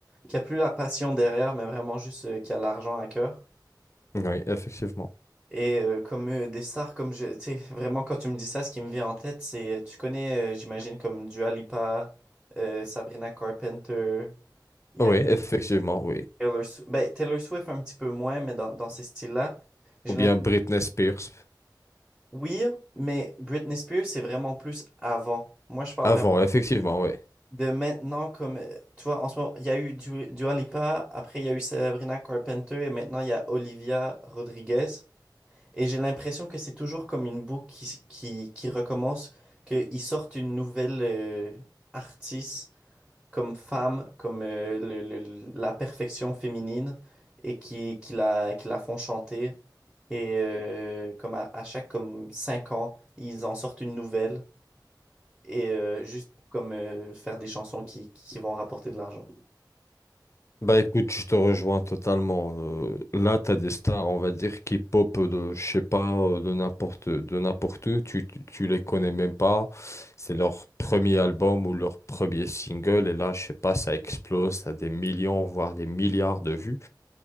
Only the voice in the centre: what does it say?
qui a plus la passion derrière, mais vraiment juste euh, qui a l'argent à cœur.
Et euh, comme euh, des stars, comme je, tu sais, vraiment quand tu me dis ça, ce qui me vient en tête, c'est, euh, tu connais, euh, j'imagine, comme Dua Lipa, euh, Sabrina Carpenter, il
y a comme
Taylor, Swift, ben, Taylor Swift un petit peu moins, mais dans, dans ces styles-là, j'ai
Oui, mais Britney Spears, c'est vraiment plus avant. Moi, je parle
vraiment
de maintenant comme, euh, tu vois, en ce moment, il y a eu Du- Dua Lipa, après il y a eu Sabrina Carpenter et maintenant il y a Olivia Rodriguez. Et j'ai l'impression que c'est toujours comme une boucle qui, s- qui, qui recommence, qu'ils sortent une nouvelle euh, artiste comme femme, comme euh, le- le- la perfection féminine et qui, qui la, qui la font chanter. Et euh, comme à, à chaque comme cinq ans, ils en sortent une nouvelle et euh, juste pour comme euh, faire des chansons qui, qui vont rapporter de l'argent.